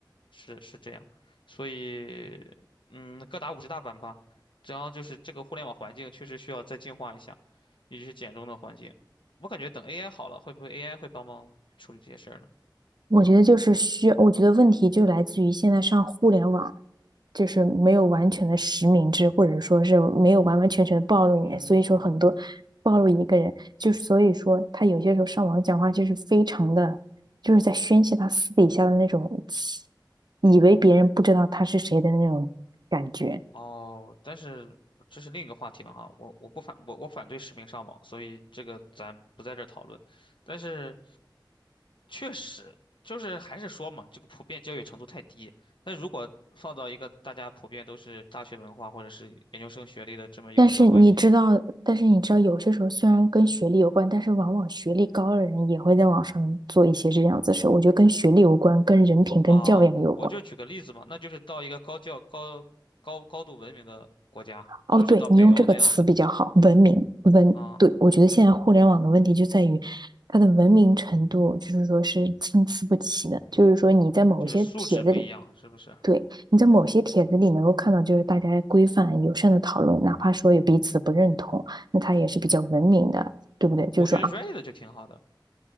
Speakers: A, on the left; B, on the right.
A: 是是这样，所以嗯，各打五十大板吧。只要就是这个互联网环境确实需要再净化一下，尤其是简中的环境。我感觉等 AI 好了，会不会 AI 会帮忙处理这些事儿呢？
B: 我觉得就是需要，我觉得问题就来自于现在上互联网，就是没有完全的实名制，或者说是没有完完全全的暴露你，
A: 嗯，
B: 所以说很多暴露一个人，就所以说他有些时候上网讲话就是非常的，就是在宣泄他私底下的那种，以为别人不知道他是谁的那种感觉。
A: 哦，但是这是另一个话题了哈，我我不反我我反对实名上网，所以这个咱不在这儿讨论。但是确实就是还是说嘛，这个普遍教育程度太低。那如果放到一个大家普遍都是大学文化或者是研究生学历的这么一个社会里
B: 但是你知道，但是你知道，有些时候虽然跟学历有关，但是往往学历高的人也会在网上做一些这样子的事。我觉得跟学历有关，跟人品、
A: 啊，
B: 跟教养有关。
A: 我就举个例子嘛，那就是到一个高教高高高度文明的国家，
B: 哦，
A: 或者说到北欧那样的
B: 对，你用这个词比较好，文明文。
A: 啊，
B: 对，我觉得现在互联网的问题就在于它的文明程度，就是说是参差不齐的。就是说你在某些帖子里，
A: 就是素质不一样，是不是？
B: 对，你在某些帖子里能够看到，就是大家规范友善的讨论，哪怕说有彼此不认同，那它也是比较文明的，对不对？就是说啊。
A: 我觉得 Reddit 就挺好的